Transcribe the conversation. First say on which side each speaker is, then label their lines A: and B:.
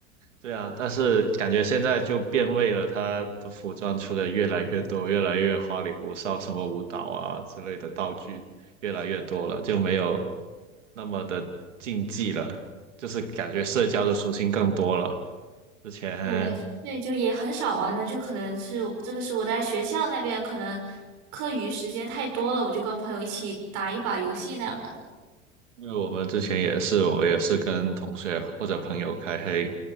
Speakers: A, on the right; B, on the right.
A: 对啊，但是感觉现在就变味了，它的服装出的越来越多，越来越花里胡哨，什么舞蹈啊之类的道具越来越多了，就没有那么的竞技了，就是感觉社交的属性更多了。之前
B: 对，对，就也很少玩了，就可能是这个是我在学校那边，可能课余时间太多了，我就跟朋友一起打一把游戏那样的。
A: 因为我们之前也是，我也是跟同学或者朋友开黑，